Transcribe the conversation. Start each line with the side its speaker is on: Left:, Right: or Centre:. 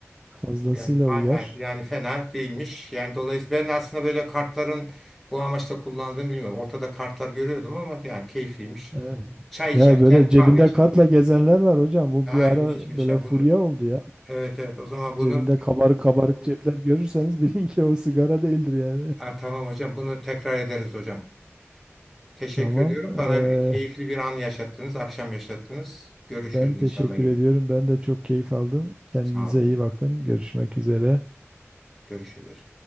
Right: fazlasıyla
Centre: Yani hay
Right: uyar.
Centre: hay yani fena değilmiş. Yani dolayısıyla ben aslında böyle kartların bu amaçla kullandığını bilmiyorum. Ortada kartlar görüyordum ama yani keyifliymiş.
Right: Evet.
Centre: Çay içerken,
Right: Ya böyle cebinde
Centre: kahve içerken.
Right: kartla gezenler var hocam. Bu
Centre: Aa
Right: bir ara
Centre: ilginçmiş
Right: böyle
Centre: ya
Right: furya
Centre: bunu.
Right: oldu ya.
Centre: Evet evet o zaman
Right: Cebinde
Centre: bunu
Right: kabarık kabarık cepler görürseniz <laughs> bilin ki o sigara değildir yani.
Centre: Ha, tamam hocam bunu tekrar ederiz hocam. Teşekkür
Right: Tamam.
Centre: ediyorum. Bana
Right: Ee,
Centre: keyifli bir an yaşattınız, akşam yaşattınız. Görüşürüz
Right: ben teşekkür
Centre: inşallah yine.
Right: ediyorum. Ben de çok keyif aldım. Kendinize
Centre: Sağ olun hocam.
Right: iyi bakın. Görüşmek üzere.
Centre: Görüşürüz.